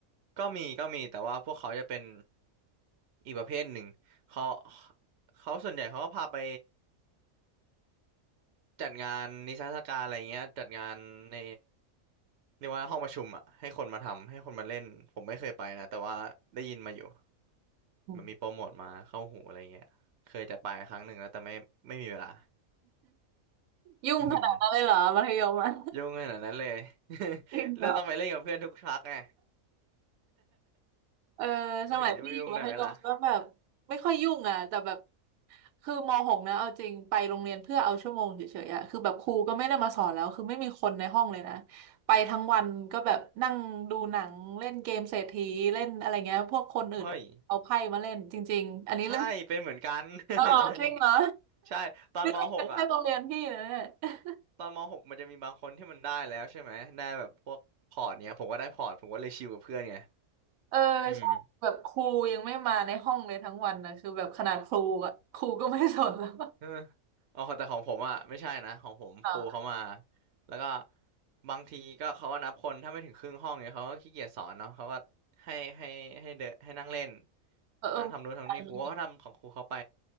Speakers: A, on the right (about 60°); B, on the right (about 85°).
A: ก็มีก็มีแต่ว่าพวกเขาจะเป็นอีกประเภทหนึ่งเขาเขาส่วนใหญ่เขาก็พาไป จัดงานนิทรรศการอะไรเงี้ยจัดงานในเรียกว่าห้องประชุมอ่ะให้คนมาทำให้คนมาเล่นผมไม่เคยไปนะแต่ว่าได้ยินมาอยู่
B: อืม
A: มันมีโปรโมทมาเข้าหูอะไรเงี้ยเคยจะไปครั้งหนึ่งแล้วแต่ไม่ไม่มีเวลา <laughs>
B: ยุ่งขนาดนั้นเลยเหรอมัธยมอะ
A: อือหือยุ่งขนาดนั้นเลย <laughs>
B: จริงเหรอ
A: เราต้องไปเล่นกับเพื่อนทุกชักไง
B: เออสมัยพี่อยู่มัธยมก็แบบไม่ค่อยยุ่งอ่ะแต่แบบ
A: <laughs> ถึงว่าจะไม่ยุ่งได้ไหมล่ะ
B: คือมหกนะเอาจริงไปโรงเรียนเพื่อเอาชั่วโมงเฉยๆอ่ะคือแบบครูก็ไม่ได้มาสอนแล้วคือไม่มีคนในห้องเลยนะไปทั้งวันก็แบบนั่งดูหนังเล่นเกมเศรษฐีเล่นอะไรเงี้ยพวกคนอื่นเอาไพ่มาเล่นจริงๆอันนี้เล่น
A: เฮ้ยใช่เป็นเหมือนกัน <laughs>
B: ออจริงเหรอ
A: ใช่ตอนม
B: นี่ <laughs> ก็เป็นแค่โรงเรียนพี่นะเนี่ย
A: .6 อ่ะ ตอนม .6 มันจะมีบางคนที่มันได้แล้วใช่ไหมได้แบบพวกพอร์ตเนี้ยผมก็ได้พอร์ตผมก็เลยชิลกับเพื่อนไง
B: เออใช่แบบครูยังไม่มาในห้องเลยทั้งวันนะคือแบบขนาดครูอะครูก็ไม่สนแล้ว
A: อืมเอออ๋อแต่ของผมอ่ะไม่ใช่นะของผมครูเขามา
B: อ่า
A: แล้วก็บางทีก็เขาก็นับคนถ้าไม่ถึงครึ่งห้องเนี่ยเขาก็ขี้เกียจสอนเนาะเขาก็ให้ให้ให้เดนให้นั่งเล่น
B: เออ
A: นั่งทำนู้นทำนี่ครูก็ทำของครูเขาไป
B: เออ